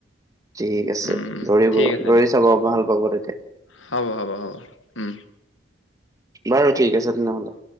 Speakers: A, on the right; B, on the left.
A: ঠিক আছে
B: উম,
A: দৌৰিব
B: ঠিক
A: দৌৰি
B: আছে দিয়ক
A: চাব ভাল পাব তেতিয়া
B: হ'ব - হ'ব - হ'ব উম।
A: বাৰু ঠিক আছে তেনেহ'লে।